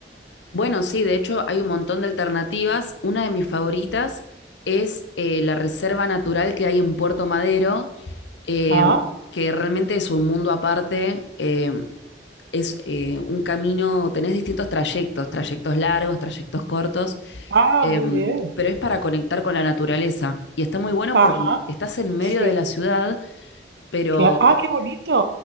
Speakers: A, on the left; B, on the right.
A: Bueno, sí, de hecho hay un montón de alternativas. Una de mis favoritas es eh, la reserva natural que hay en Puerto Madero, eh,
B: Ah,
A: que realmente es un mundo aparte. eh, es eh, un camino, tenés distintos trayectos, trayectos largos, trayectos cortos,
B: ah,
A: eh,
B: muy bien.
A: pero es para conectar con la naturaleza. Y está muy bueno
B: Ajá.
A: porque estás en medio
B: Sí.
A: de la ciudad, pero,
B: Cla- ah, qué bonito.